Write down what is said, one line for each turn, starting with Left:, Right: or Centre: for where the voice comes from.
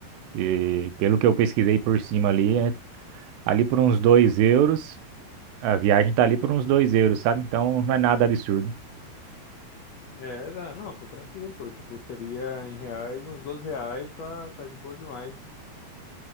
Right: E pelo que eu pesquisei por cima ali, é- ali por uns 2 euros, a viagem tá ali por uns 2 euros, sabe? Então não é nada absurdo.
Left: É, dá- não, tá tranquilo, pô. Tipo, seria em reais, uns 12 reais, tá, tá de boa demais.